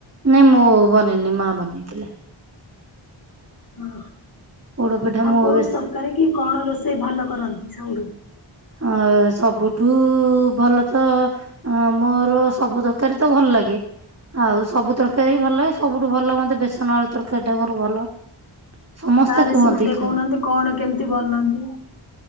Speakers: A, on the right; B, on the left.
A: ନାଇଁ ମୁଁ ବନେଇନି ମା ବନେଇଥିଲେ।
B: ଆଉ
A: ପୋଡପିଠା ମୁଁ
B: କୋଉ
A: ବେଶୀ
B: ତରକାରୀ କି କଣ ରୋଷେଇ ଭଲ କରନ୍ତି ସବୁଠୁ।
A: ଅ ସବୁଠୁ ଭଲ ତ ଅ ମୋର ସବୁ ଦରକାରୀ ତ ଭଲ ଲାଗେ। ଆଉ ସବୁ ତରକାରୀ ବି ଭଲ ଲାଗେ ସବୁଠୁ ଭଲ ମୋତେ ବେସନ ଆଳୁ ତରକାରୀ ଟା ମୋର ଭଲ। ସମସ୍ତେ
B: ତା ରେସିପି
A: କୁହନ୍ତି
B: ଟିକେ
A: ଖା
B: କହୁନାହାନ୍ତି କଣ କେମିତି ବନାନ୍ତି?